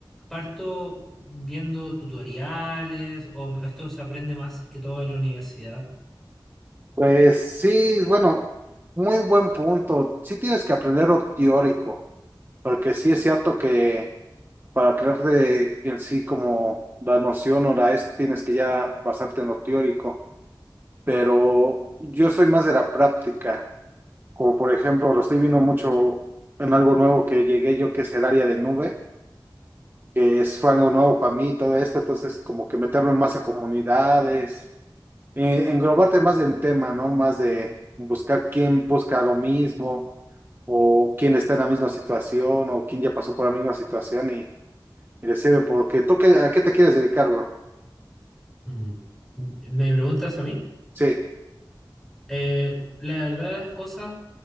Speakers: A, in the centre; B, on the right.
A: parto viendo tutoriales o esto se aprende más que todo en la universidad.
B: Pues sí, bueno, muy buen punto. Sí tienes que aprender lo teórico, porque sí es cierto que para crear de- en sí como la noción o la esto tienes que ya basarte en lo teórico, pero yo soy más de la práctica, como por ejemplo lo estoy viendo mucho en algo nuevo que llegué yo que es el área de nube. que es, fue algo nuevo para mí todo esto, entonces como que meterme más a comunidades, eh, englobarte más del tema, ¿no? Más de buscar quién busca lo mismo o quién está en la misma situación o quién ya pasó por la misma situación y, y decirle, porque tú qué, a qué te quieres dedicar, bro.
A: Mm. ¿Me preguntas a mí?
B: Sí,
A: Eh, la verdad de las cosas,